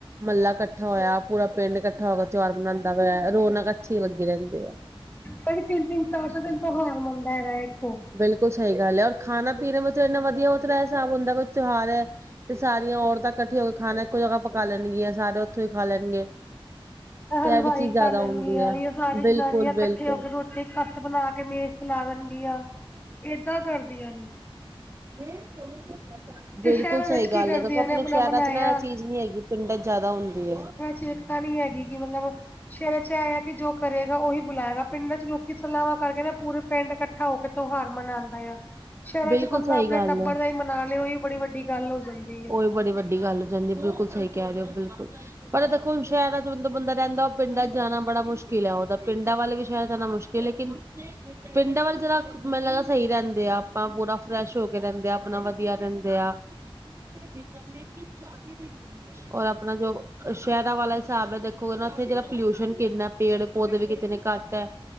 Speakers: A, on the right (about 30°); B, on the left (about 20°).
A: ਮੱਲਾ ਇਕੱਠਾ ਹੋਇਆ, ਪੂਰਾ ਪਿੰਡ ਇਕੱਠਾ ਮਿੱਠਾ ਹੋਕੇ ਤਿਉਹਾਰ ਬਣਾਦਾ ਪਿਆ ਰੌਣਕ ਅੱਛੀ ਲੱਗੀ ਰਹਿੰਦੀ ਐ।
B: ਭ ਤਿੰਨ- ਤਿੰਨ ਚਾਰ- ਚਾਰ ਦਿਨ ਤੋਂ ਤਿਉਹਾਰ ਮੰਨਦਾ ਹੈਗਾ ਇੱਕੋ
A: ਬਿਲਕੁਲ ਸਹੀ ਗੱਲ ਐ ਔਰ ਖਾਣਾ ਪੀਣਾ ਵੀ ਉੱਥੇ ਇੰਨਾ ਵਧੀਆ ਹੁੰਦਾ, ਇਹ ਹਿਸਾਬ ਹੁੰਦਾ ਤਿਉਹਾਰ ਐ। ਤੇ ਸਾਰੀਆਂ ਔਰਤਾਂ ਇਕੱਠੀਆਂ ਹੋ ਕੇ ਖਾਣਾ ਇੱਕੋ ਜਗ੍ਹਾ ਪਕਾ ਲੈਣਗੀਆਂ ਸਾਰੇ ਉੱਥੋਂ ਈ ਖਾ ਲੈਣਗੇ।
B: ਹਲਵਾਈ
A: ਤੇ ਇਹ ਵੀ ਚੀਜ਼ ਜ਼ਿਆਦਾ
B: ਕਰ ਲੈਣਗੀਆਂ
A: ਹੁੰਦੀ ਹੈ
B: ਸਾਰੀ
A: ਬਿਲਕੁਲ
B: ਜਨਾਨੀਆਂ ਇਕੱਠੇ
A: ਬਿਲਕੁਲ
B: ਹੋ ਕੇ ਰੋਟੀ ਮੇ ਖਿਲਾਵਣਗੀਆਂ, ਏਦਾਂ ਕਰਦੀਆਂ ਨੀ
A: ਹ <unintelligible>
B: ਤੇ
A: ਬਿਲਕੁਲ
B: ਸ਼ਹਿਰਾਂ ਵਿੱਚ
A: ਸਹੀ ਗੱਲ
B: ਕੀ ਕਰਦੀਆਂ
A: ਐ ਦੇਖੋ ਆਪਣੇ
B: ਨੇ ਆਪਣਾ
A: ਸ਼ਹਿਰਾਂ
B: ਬਣਾਇਆ
A: ਚ ਨਾ ਇਹ ਚੀਜ਼ ਨੀ ਹੈਗੀ ਪਿੰਡਾਂ ਚ ਜ਼ਿਆਦਾ ਹੁੰਦੀ ਐ।
B: ਚਿੰਤਾਂ ਨੀ ਹੈਗੀ ਕਿ ਮਤਲਬ ਸ਼ਹਿਰਾ 'ਚ ਇਹ ਹੈਗਾ ਕਿ ਜੋ ਕਰੇਗਾ ਉਹੀ ਬੁਲਾਏਗਾ ਪਿੰਡਾਂ ਚ ਲੋਕੀ ਸਲਾਵਾਂ ਕਰਕੇ ਨਾ ਪੂਰੇ ਪਿੰਡ ਇਕੱਠਾ ਹੋ ਕੇ ਤਿਉਹਾਰ ਮਨਾਦਾ ਆ, ਸ਼ਹਿਰਾਂ
A: ਬਿਲਕੁਲ
B: ਚ ਬੰਦਾ
A: ਸਹੀ
B: ਆਪਣੇ
A: ਗੱਲ
B: ਟੱਬਰ
A: ਹੈ
B: ਦਾ ਈ ਮਨਾਲੇ ਓਹੀ ਬੜੀ ਵੱਡੀ ਗੱਲ ਹੋ ਜਾਂਦੀ। ਹੈ
A: ਉਹੀ ਬੜੀ ਵੱਡੀ ਗੱਲ ਹੋ ਜਾਂਦੀ ਐ। ਬਿਲਕੁਲ ਸਹੀ ਕਹਿ ਰਹੇ ਹੋ ਬਿਲਕੁਲ ਪਰ ਐ ਦੇਖੋ ਹੁਣ ਸ਼ਹਿਰਾਂ ਚ ਬੰਦਾ ਰਹਿੰਦਾ ਉਹ ਪਿੰਡਾਂ ਚ ਜਾਣਾ ਬੜਾ ਮੁਸ਼ਕਿਲ ਆ ਉਹਦਾ ਪਿੰਡਾਂ ਵਾਲੇ ਵੀ ਸ਼ਹਿਰ ਜਾਣਾ ਮੁਸ਼ਕਿਲ ਲੇਕਿਨ <unintelligible> ਪਿੰਡਾਂ ਵੱਲ ਜਰਾ ਮੈਨੂੰ ਲੱਗਦਾ ਸਹੀ ਰਹਿੰਦੇ ਆ ਆਪਾਂ ਪੂਰਾ ਫਰੈਸ਼ ਹੋ ਕੇ ਰਹਿੰਦੇ ਆ ਆਪਣਾ ਵਧੀਆ ਰਹਿੰਦੇ ਆ। <unintelligible> ਔਰ ਆਪਣਾ ਜੋ <unintelligible> ਸ਼ਹਿਰਾਂ ਵਾਲਾ ਹਿਸਾਬ ਐ ਦੇਖੋ ਉੱਥੇ ਜਿਹੜਾ ਪੋਲਿਊਸ਼ਨ ਕਿੰਨਾ ਪੇੜ ਪੌਦੇ ਵੀ ਕਿਤਨੇ ਘੱਟ ਆ।